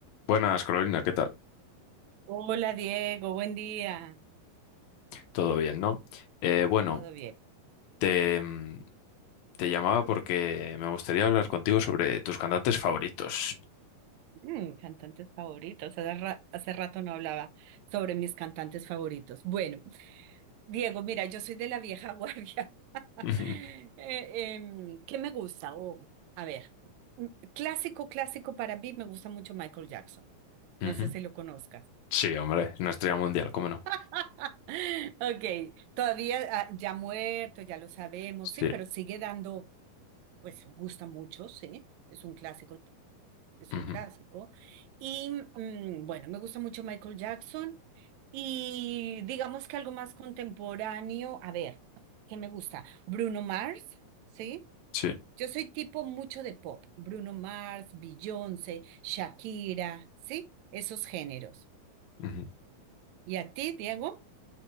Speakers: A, on the left (about 80°); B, on the right (about 85°).
A: Buenas, Carolina, ¿qué tal?
B: Hola Diego, buen día.
A: Todo bien, ¿no? Eh, bueno,
B: ¿Todo bien?
A: te, mm, te llamaba porque me gustaría hablar contigo sobre tus cantantes favoritos.
B: Mm, cantantes favoritos. Hace ra- hace rato no hablaba sobre mis cantantes favoritos. Bueno, Diego, mira, yo soy de la vieja guardia. <laughs>
A: Ujú,
B: Eh, em, ¿qué me gusta? O, a ver, mm, clásico, clásico para mí me gusta mucho Michael Jackson.
A: ujú.
B: No sé si lo conozcas.
A: Sí, hombre, es una estrella mundial, ¿cómo no?
B: <laughs> Ok, todavía ah, ya muerto, ya lo sabemos,
A: Sí,
B: sí, pero sigue dando, pues gusta mucho, sí, es un clásico. es
A: ujú,
B: un clásico. Y mm, bueno, me gusta mucho Michael Jackson y digamos que algo más contemporáneo, a ver, ¿qué me gusta? Bruno Mars, ¿sí?
A: sí.
B: Yo soy tipo mucho de pop, Bruno Mars, Beyoncé, Shakira, ¿sí? Esos géneros.
A: ujú.
B: ¿Y a ti, Diego?